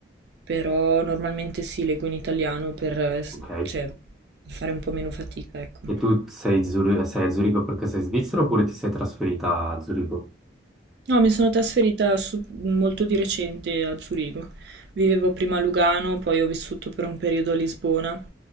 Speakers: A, on the right (about 60°); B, in the centre.
A: però normalmente sì, leggo in italiano per, eh, s-
B: Ok.
A: cioè, per fare un po' meno fatica, ecco.
B: E tu sei, Zuri- sei a Zurigo perché sei svizzero oppure ti sei trasferita a Zurigo?
A: No, mi sono trasferita su- molto di recente a Zurigo. Vivevo prima a Lugano, poi ho vissuto per un periodo a Lisbona